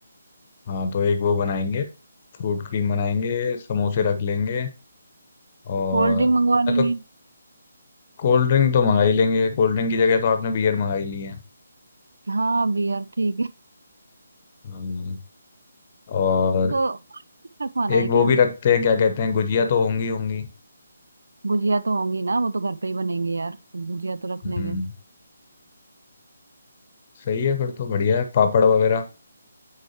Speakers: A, on the left; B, on the right.
A: हाँ तो एक वो बनाएंगे फ्रूट क्रीम बनाएंगे समोसे रख लेंगे और
B: कोल्ड ड्रिंक मंगवा
A: मैं
B: लेंगे
A: तो कोल्ड ड्रिंक तो मंगा ही लेंगे कोल्ड ड्रिंक की जगह तो आपने बियर मंगाई ली है
B: हाँ बियर ठीक
A: हम्म, और
B: तो रखवाना
A: एक
B: है
A: वो
B: क्या
A: भी रखते हैं क्या कहते हैं गुजिया तो होंगी होंगी
B: गुजिया तो होंगी ना वो तो घर पे ही बनेंगे यार गुजिया तो रख
A: हम्म,
B: लेंगे
A: सही है फिर तो बढ़िया है पापड़ वगैरह